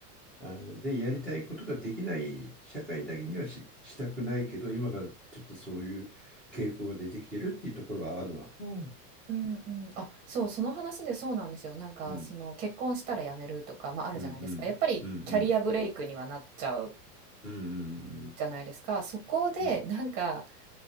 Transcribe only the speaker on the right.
うんうん、あ、そう、その話でそうなんですよ。なんか、
その結婚したら辞めるとか、まあ、あるじゃないですか。
やっぱりキャリアブレイクにはなっちゃう
じゃないですか。そこでなんか